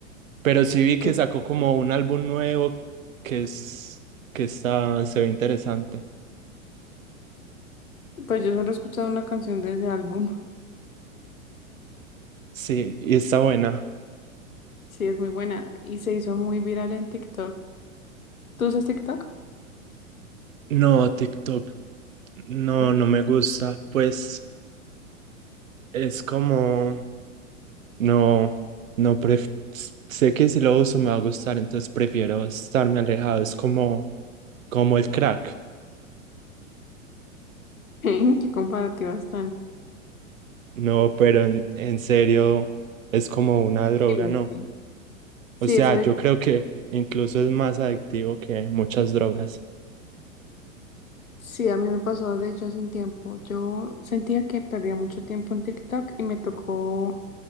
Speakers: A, on the right; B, on the left.
A: pero sí vi que
B: que,
A: sacó como un álbum nuevo que es, que está, se ve interesante.
B: pues yo solo he escuchado una canción de ese álbum,
A: Sí, y está buena.
B: sí, es muy buena y se hizo muy viral en TikTok. ¿Tú usas TikTok?
A: No, TikTok, no,
B: No.
A: no me gusta. Pues es como, No, no, pref- sé que si lo uso me va a gustar, entonces prefiero estarme alejado. Es como, como el crack.
B: <laughs> ¿Qué comparativas tan?
A: No, pero en, en serio es como una droga,
B: Sí,
A: ¿no?
B: sí. Sí,
A: O sea,
B: esa
A: yo creo que incluso es más adictivo que muchas drogas.
B: Sí, a mí me pasó de hecho hace un tiempo. Yo sentía que perdía mucho tiempo en TikTok y me tocó